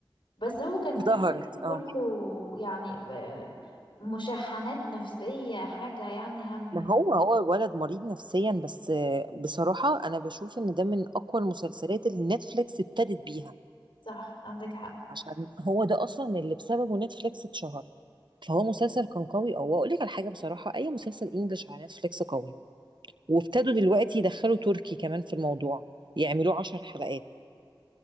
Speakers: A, on the left; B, on the right.
A: بس هو كان
B: ظهرت
A: السيزون كله
B: اه
A: يعني آه، مشاحنات نفسية حاجة يعني هم
B: ما
A: يعني.
B: هو هو الولد مريض نفسيا بس بصراحة أنا بشوف إن ده من أقوى المسلسلات اللي نتفليكس ابتدت بيها
A: صح عندك حق
B: عشان هو ده أصلا اللي بسببه نتفليكس اتشهر فهو مسلسل كان قوي أو أقول لك على حاجة بصراحة أي مسلسل إنجلش على نتفليكس قوي وابتدوا دلوقتي يدخلوا تركي كمان في الموضوع يعملوه عشر حلقات